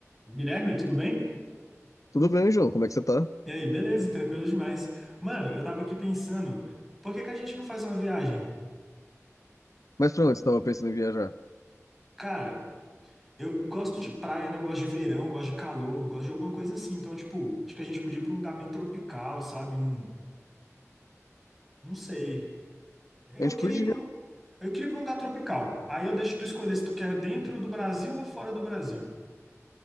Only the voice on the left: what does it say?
Tudo bem, João? Como é que você tá?
Mas pra onde você tava pensando em viajar?
A gente
podia.